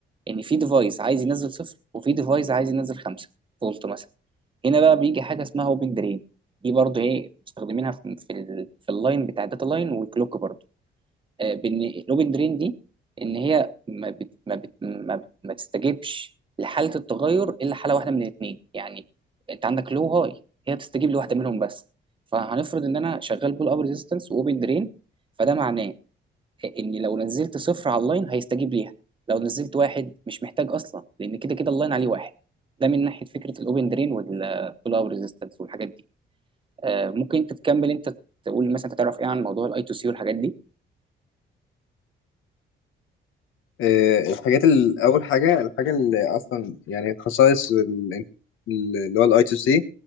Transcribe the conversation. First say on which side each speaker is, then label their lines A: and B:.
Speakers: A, on the right; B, on the left.
A: ان في ديفايس عايز ينزل صفر وفي ديفايس عايز ينزل خمسة فولت مثلا هنا بقى بيجي حاجه اسمها اوبن درين دي برضه ايه مستخدمينها في في, ال- في اللاين بتاع الداتا لاين والكلوك برضه آه، بان الاوبن درين دي ان هي ما بت ما بت ما, بت ما تستجيبش لحاله التغير الا حاله واحده من الاثنين يعني انت عندك لو هاي هي بتستجيب لواحده منهم بس فهنفرض ان انا شغال بول اب ريزيستنس واوبن درين فده معناه ان لو نزلت صفر على اللاين هيستجيب ليها لو نزلت واحد مش محتاج اصلا لان كده كده اللاين عليه واحد ده من ناحيه فكره الاوبن درين والبول اوت ريزيستنس والحاجات دي آه، ممكن انت تكمل انت تقول مثلا انت تعرف ايه عن موضوع الاي تو سي والحاجات دي
B: آه، الحاجات ال- اول حاجه الحاجه اللي اصلا يعني خصائص ال- اللي هو الاي تو سي